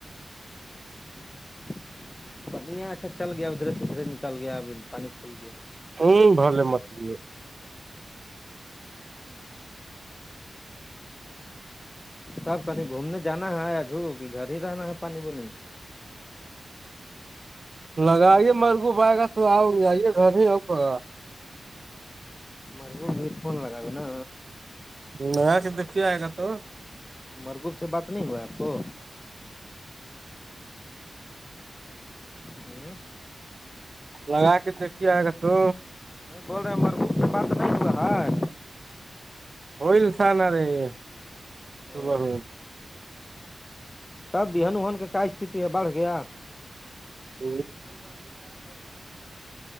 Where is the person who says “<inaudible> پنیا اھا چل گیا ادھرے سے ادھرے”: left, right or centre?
Left